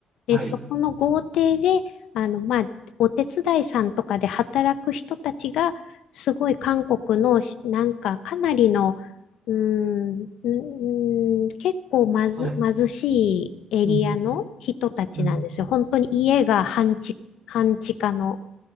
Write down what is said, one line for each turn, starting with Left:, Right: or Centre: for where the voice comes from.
Left: で、
Right: はい。
Left: そこの豪邸であの、まあ、お手伝いさんとかで働く人たちがすごい韓国のしなんかかなりのうーん、うーん、結構まず、
Right: はい
Left: 貧しいエリアの人たちなんですよ。
Right: うんうん、うん、
Left: 本当に家が半地、半地下の